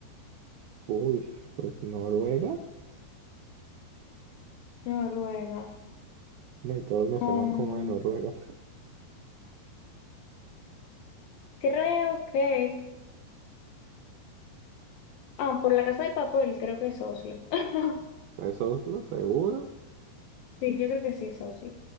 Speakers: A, on the right; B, on the left.
A: Uy, pues Noruega.
B: Noruega.
A: No, y todos me suenan
B: Um,
A: como de Noruega.
B: creo que. Ah, por la casa de papel, creo que es Oslo. <laughs>
A: ¿Es Oslo? ¿Seguro?
B: Sí, yo creo que sí es Oslo.